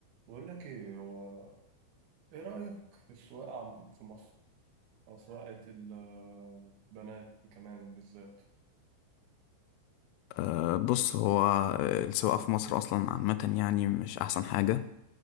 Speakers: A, on the right; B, on the left.
A: بقول لك ايه هو ايه رأيك في السواقة عم في مصر او سواقة البنات كمان بالذات
B: أه بص هو آه، السواقة في مصر أصلا عامة يعني مش أحسن حاجة